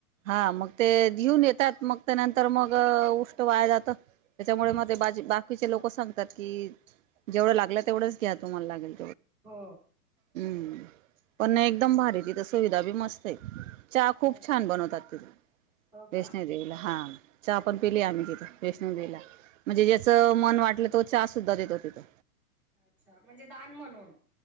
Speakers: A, on the right; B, in the centre.
A: हा मग ते घेऊन येतात मग त्या नंतर मग उष्ट वाया जातं त्याच्यामुळे मग ते बाजी बाकीचे
B: हो
A: लोक सांगतात. कि जेवढं लागलं तेवढंच घ्या तुम्हाला लागेल
B: हो!
A: हूं पण ना एकदम भारी तिथं सुविधा बी मस्त हे! चहा खूप
B: हो
A: छान बनवतात तिथे
B: हो का
A: वैष्ण
B: हो
A: देवीला हा चहा पण पिली आम्ही तिथ. वैष्णो देेला म्हणजे ज्याचं
B: हो
A: मन वाटल चहा सुद्धा देतो तिथं.
B: अच्छा म्हणजे दान म्हणून.